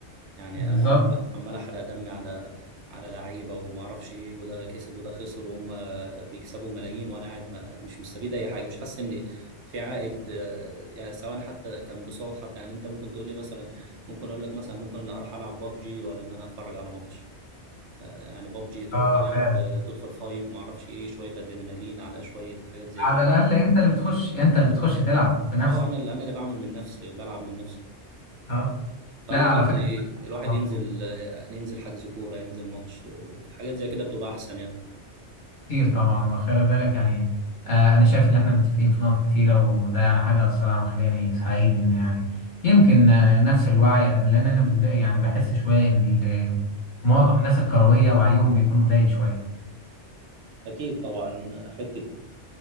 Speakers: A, on the right (about 75°); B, on the left (about 45°).
A: يعني
B: بالظبط
A: انا عمال عمال احرق دمي على على لعيبه وما اعرفش ايه وده كسب وده خسر وهم بيكسبوا ملايين وانا قاعد ما... مش مستفيد اي حاجه مش حاسس ان في عائد آه، يعني سواء حتى كان بصوت حتى يعني انت ممكن تقول لي مثلا ممكن اقول لك مثلا ممكن ان اروح العب بابجي ولا ان انا اتفرج على ماتش آه، يعني بابجي تروح
B: اه
A: تلعب
B: فعلا
A: آه، تدخل فايت ما اعرفش ايه شويه ادرينالين على شويه حاجات زي
B: على
A: كده
B: الاقل انت اللي بتخش انت اللي بتخش تلعب بنفسك
A: اه انا اللي انا اللي بعمل من نفسي بلعب من نفسي
B: اه
A: فالواحد
B: لا على فكره انا
A: الواحد
B: مبسوط
A: ينزل يعني ينزل حجز كوره ينزل ماتش حاجات زي كده بتبقى احسن يعني
B: كتير طبعا وخلي بالك يعني آه انا شايف ان احنا متفقين في نقط كتيره وده يعني حاجه الصراحه مخلاني سعيد ان يعني يمكن آه نفس الوعي أنا- لان انا بالذات يعني بحس شويه ان ال- معظم الناس الكرويه وعيهم بيكون قليل شويه
A: اكيد طبعا حته